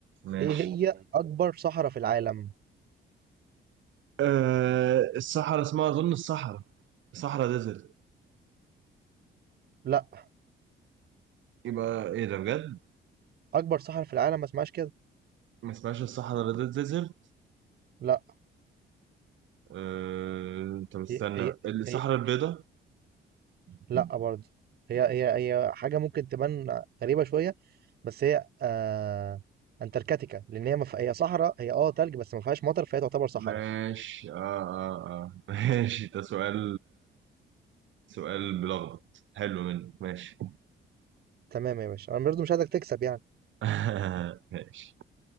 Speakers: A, on the right; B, on the right.
A: ماشي
B: ايه هي أكبر صحراء في العالم
A: أه الصحراء اسمها أظن الصحراء صحراء ديزرت
B: لا
A: يبقى إيه ده بجد
B: أكبر صحراء في العالم ما اسمهاش كده
A: ما اسمهاش الصحراء ديزرت
B: لا
A: أه... طب استنى
B: هي هي
A: الصحراء البيضاء
B: لأ برضه هي هي هي حاجة ممكن تبان غريبة شوية بس هي آه أنتاركتيكا لأن هي مف... هي صحراء هي اه تلج بس ما فيهاش مطر فهي تعتبر صحراء
A: ماشي اه اه اه <laughs> ماشي ده سؤال سؤال بلخبط حلو منك ماشي
B: تمام يا باشا أنا برضه مش عايزك تكسب يعني
A: <laughs> ماشي